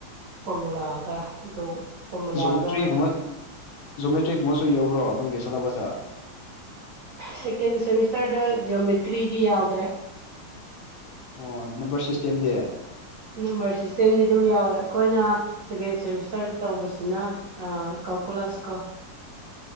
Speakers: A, on the right; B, on the left.
A: ꯐꯣꯔꯃꯨꯂꯥꯑꯒ ꯑꯗꯨ ꯐꯣꯔꯃꯨꯂꯥꯒ
B: ꯖꯣꯃꯦꯇ꯭ꯔꯤꯒꯨꯝꯕ ꯖꯣꯃꯦꯇ꯭ꯔꯤꯒꯨꯝꯕꯁꯨ ꯌꯧꯕ꯭ꯔꯣ ꯅꯣꯏꯒꯤ ꯁꯦꯂꯦꯕ꯭ꯁꯇ
A: ꯁꯦꯀꯦꯟ ꯁꯦꯃꯤꯁꯇꯔꯗ ꯖꯤꯌꯣꯃꯤꯇ꯭ꯔꯤꯗꯤ ꯌꯥꯎꯗ꯭ꯔꯦ
B: ꯑꯣ ꯅꯝꯕꯔ ꯁꯤꯁꯇꯦꯝꯗꯤ
A: ꯅꯝꯕꯔ ꯁꯤꯁꯇꯦꯝꯗꯤ ꯑꯗꯨꯝ ꯌꯥꯎꯋꯦ ꯑꯩꯈꯣꯏꯅ ꯁꯦꯀꯦꯟ ꯁꯦꯃꯤꯁꯇꯔꯗ ꯇꯧꯕꯁꯤꯅ ꯀꯜꯀꯨꯂꯥꯁ ꯀꯣ